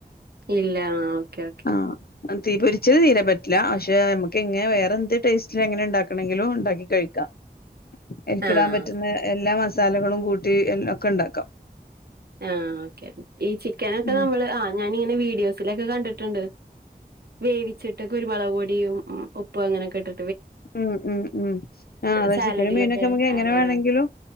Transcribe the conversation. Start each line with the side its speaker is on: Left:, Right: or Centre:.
Right: ഇല്ല ആഹ് ഓക്കെ ഓക്കെ
Left: ആഹ് തീ പൊരിച്ചത് തീരെ പറ്റില്ല പക്ഷെ ന ക്കെങ്ങെ വേറെ എന്ത് ടേസ്റ്റ്ല് എങ്ങനെ ണ്ടാക്കണെങ്കിലും ണ്ടാക്കി കഴിക്കാം അയ്ൽക്കിടാൻ
Right: ആഹ്
Left: പറ്റുന്ന എല്ലാ മസാലകളും കൂട്ടി എ ഒക്കെ ഉണ്ടാക്കാം
Right: ആഹ് ഓക്കെ ഈ ചിക്കനൊക്കെ
Left: ഉം
Right: നമ്മള് ആഹ് ഞാനിങ്ങനെ വീഡിയോസിലൊക്കെ കണ്ടിട്ടുണ്ട് വേവിച്ചിട്ട് കുരുമളക് പൊടിയും ഉപ്പും അങ്ങനൊക്കെ ഇട്ട്
Left: ഉം ഉം ഉം ആഹ് അതെ
Right: സാലഡിലൊക്കെ
Left: ചിക്കനും മീനൊക്കെ നമ്മുക്ക് എങ്ങനെ
Right: ആഡ് ചെയ്യണ
Left: വേണെങ്കിലും